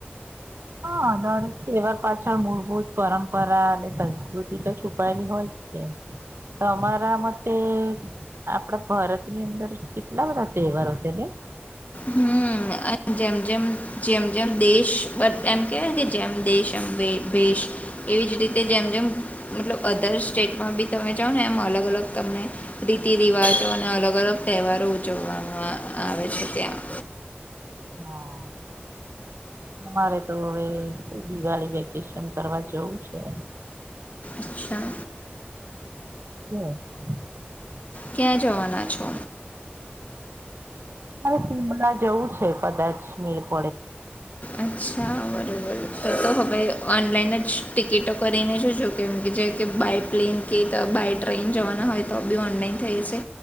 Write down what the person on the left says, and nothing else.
હમ્મ. અને જેમ જેમ, જેમ જેમ દેશ બટ એમ કહેવાયને કે જેમ દેશ એમ ભેશ એવીજ રીતે જેમ જેમ મતલબ અધર સ્ટેટમાં બી તમે જાઓ ને, એમ અલગ અલગ તમને રીતિ રિવાજો અને અલગ અલગ તહેવારો ઉજવવામાં આવે છે. ત્યાં
અચ્છા
ક્યાં જવાના છો?
અચ્છા <unintelligible> <unintelligible> તો તો હવે ઓનલાઈન જ ટિકિટો કરીને જો કેમ કે જે કે બાય પ્લેન કે, બાય ટ્રેન જવાના હોય તો બી ઓનલાઈન થઈ જશે